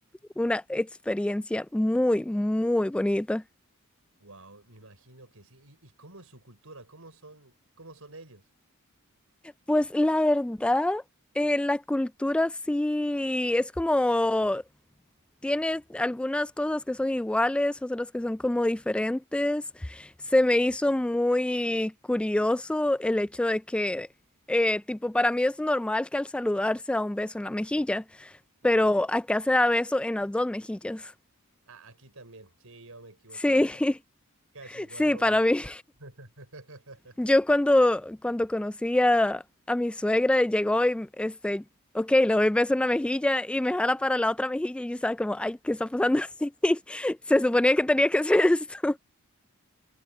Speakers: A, in the centre; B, on the right (about 70°).
A: una experiencia muy, muy bonita.
B: Wow, me imagino que sí. ¿Y, y cómo es su cultura? ¿Cómo son, cómo son ellos?
A: Pues la verdad, eh, la cultura sí es como Tiene algunas cosas que son iguales, otras que son como diferentes. Se me hizo muy curioso el hecho de que, eh, tipo, para mí es normal que al saludar se da un beso en la mejilla,
B: Claro.
A: pero acá se da beso en las dos mejillas.
B: Ah, aquí también, sí, yo me equivoco
A: Sí,
B: bastante. Casi
A: <laughs>
B: igual
A: sí,
B: robo.
A: para mí.
B: <laughs>
A: Yo cuando, cuando conocí a, a mi suegra, llegó y, este, ok, le doy beso en una mejilla y me jala para la otra mejilla y yo estaba como, ay, ¿qué está pasando? <laughs> Se suponía que tenía que hacer <laughs> esto.